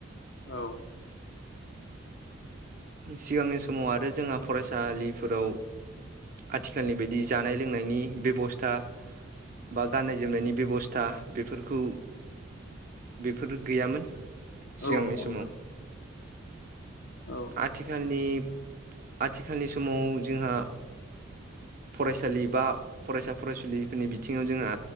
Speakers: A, on the left; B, on the right.
A: औ
B: सिगांनि समाव आरो जोंहा फरायसालिफोराव आथिखालनि बायदि जानाय लोंनायनि बेब स्था बा गनाय जोमनायनि बेबस्था बेफोरखौ बेफोर गैयामोन सिगांनि
A: औ नंगौ
B: समाव।
A: नोंथां औ
B: आथिखालनि आथिखालनि समाव जोंहा फरायसालि बा फरायसा फरायसुलिफोरनि बिथिङाव जोंहा